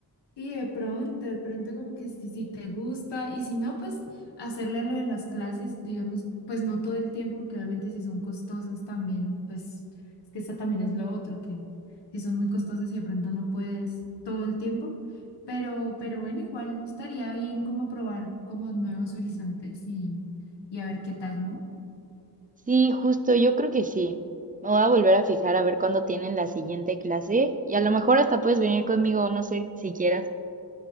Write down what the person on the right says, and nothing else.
Sí, justo, yo creo que sí. Me voy a volver a fijar a ver cuándo tienen la siguiente clase y a lo mejor hasta puedes venir conmigo, no sé, si quieras.